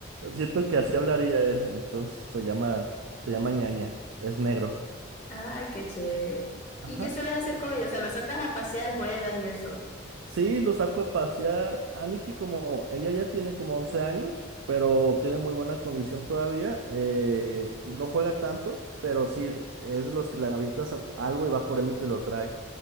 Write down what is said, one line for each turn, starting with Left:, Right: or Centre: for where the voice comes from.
Right: Siento que así hablaría él, entonces se llama, se llama ñaña, es negro.
Left: Ay, qué chévere.
Right: ajá
Left: ¿Y qué sueles hacer con ellos? O sea, los sacas a pasear, juegas y eso.
Right: Sí, lo saco a pasear. Aniki, como ella ya tiene como 11 años, pero tiene muy buena condición todavía, eh, no juega tanto, pero sí es de los que le avientas a- algo y va por él y te lo trae.